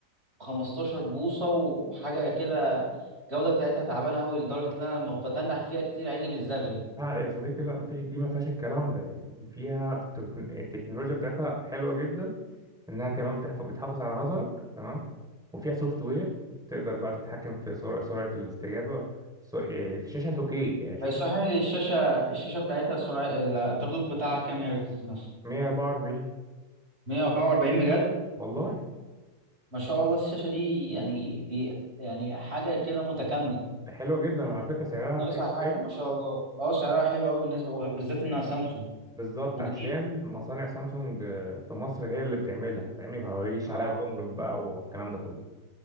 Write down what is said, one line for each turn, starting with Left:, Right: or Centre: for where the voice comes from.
Right: و15 بوصة وحاجة كده الجودة بتاعتها تعبانة أوي لدرجة إن أنا لما بتنح فيها كتير عيني بتزغلل
Centre: لا يا صديقي لا مفيش دي ما فيهاش الكلام ده يعني دي فيها تك- التكنولوجيا بتاعتها حلوة جدا انها كمان بتحفظ بتحافظ على نظرك تمام وفيها سوفت وير تقدر بقى تتحكم في سرعة سرعة الاستجابة سو... آه، الشاشة 2K يعني شاشة
Right: آه، صحيح الشاشة الشاشة بتاعتها سرعة التردد بتاعها كام هرتز مثلا
Centre: 144
Right: 144 بجد
Centre: والله
Right: ما شاء الله الشاشة دي يعني دي يعني حاجة كده متكاملة
Centre: ده حلوة جدا وعلى فكرة سعرها رخيص
Right: ناقصها
Centre: شوية
Right: حاجة ما شاء الله اه سعرها حلو قوي بالنسبة وبالذات انها سامسونج
Centre: بالظبط
Right: وجديد
Centre: عشان مصانع سامسونج آه، في مصر هي اللي بتعملها فاهمني فما بيجيش
Right: اه
Centre: عليها جمرك بقى والكلام ده كله